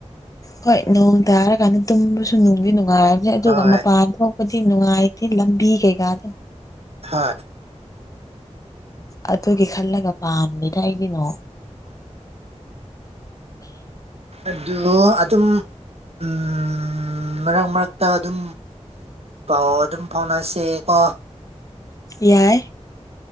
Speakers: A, on the left; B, on the right.
A: ꯍꯣꯏ ꯅꯣꯡ ꯇꯥꯔꯀꯥꯟꯗ ꯇꯨꯝꯕꯁꯨ ꯅꯨꯡꯗꯤ ꯅꯨꯡꯉꯥꯏꯔꯕꯅꯦ ꯑꯗꯨꯒ
B: ꯍꯣꯏ
A: ꯃꯄꯥꯟꯗꯣ ꯀꯗꯤ ꯅꯨꯡꯉꯥꯏꯇꯦ ꯂꯝꯕꯤ ꯀꯩꯀꯥꯗꯣ
B: ꯍꯣꯏ
A: ꯑꯗꯨꯒꯤ ꯈꯜꯂꯒ ꯄꯥꯝꯅꯤꯅ ꯑꯩꯒꯤꯅꯣ
B: ꯑꯗꯨ ꯑꯗꯨꯝ ꯎꯝ ꯃꯔꯛ ꯃꯔꯛꯇ ꯑꯗꯨꯝ ꯄꯥꯎ ꯑꯗꯨꯝ ꯐꯥꯎꯅꯁꯦ ꯀꯣ
A: ꯌꯥꯏ